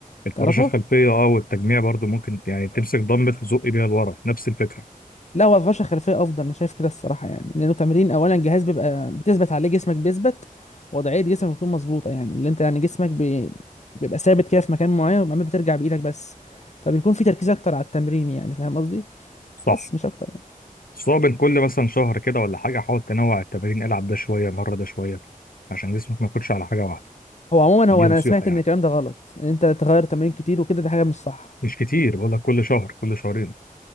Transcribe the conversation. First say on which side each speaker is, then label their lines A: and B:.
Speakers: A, on the left (about 85°); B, on the left (about 55°).
A: الفراشه
B: تعرفه
A: الخلفيه اه والتجميع برضو ممكن يعني تمسك دمبل تزق بيها لورا نفس الفكره
B: لا هو الفرشه الخلفيه افضل انا شايف كده الصراحه يعني لانه تمرين اولا الجهاز بيبقى بتثبت عليه جسمك بيثبت وضعيه جسمك بتكون مظبوطه يعني اللي انت يعني جسمك بي... بيبقى ثابت كده في مكان معين وبعدين بترجع بايدك بس فبيكون في تركيز اكتر على التمرين يعني فاهم قصدي
A: صح
B: بس مش اكتر يعني.
A: بس هو بين كل مثلا شهر كده ولا حاجه حاول تنوع التمارين العب ده شويه مره ده شويه عشان جسمك ما يكونش على حاجه واحده
B: هو عموما
A: دي
B: هو
A: نصيحه
B: انا سمعت
A: يعني
B: ان الكلام ده غلط ان انت تغير تمارين كتير وكده ده حاجه مش صح
A: مش كتير بقول لك كل شهر كل شهرين